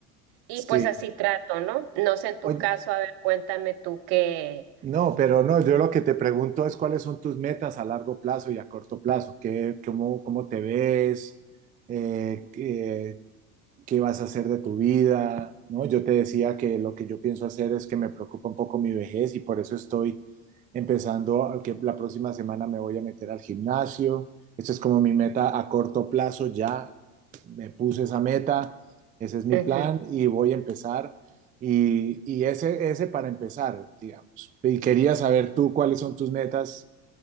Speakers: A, on the right (about 55°); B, on the right (about 20°).
A: Y
B: sí.
A: pues así trato, ¿no? No sé en tu
B: Oye,
A: caso, a ver, cuéntame tú qué.
B: no, pero no, yo lo que te pregunto es cuáles son tus metas a largo plazo y a corto plazo, ¿Qué, cómo, cómo te ves? Eh, ¿qué- qué vas a hacer de tu vida, ¿no? Yo te decía que lo que yo pienso hacer es que me preocupa un poco mi vejez y por eso estoy empezando, que la próxima semana me voy a meter al gimnasio. Esa es como mi meta a corto plazo, ya me puse esa meta, ese es mi
A: Ujú,
B: plan y voy a empezar. Y, y ese, ese para empezar, digamos. Y quería saber tú cuáles son tus metas